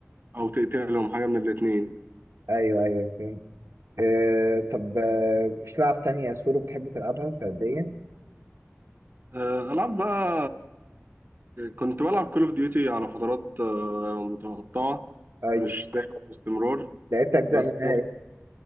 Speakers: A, on the right; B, on the right.
A: أو تقتلهم حاجة من الاتنين
B: ايوه ايوه فاهم آه طب آه، مش لعب تانية سولو بتحب تلعبها فرديا
A: آه، ألعاب بقى آه، كنت بلعب كول اوف ديوتي على فترات آه، متقطعة
B: ايوه
A: مش دايما باستمرار
B: لعبت اجزاء
A: بس
B: منها